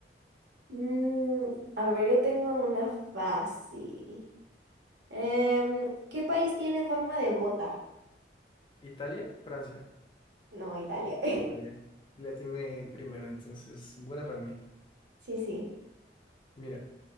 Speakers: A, on the right; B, on the left.
A: Mm, a ver, yo tengo una fácil. Em, ¿qué país tiene forma de bota?
B: ¿Italia? Francia.
A: No, Italia. <laughs>
B: Italia. La tiene primero, entonces, buena para mí.
A: Sí, sí,
B: Mira,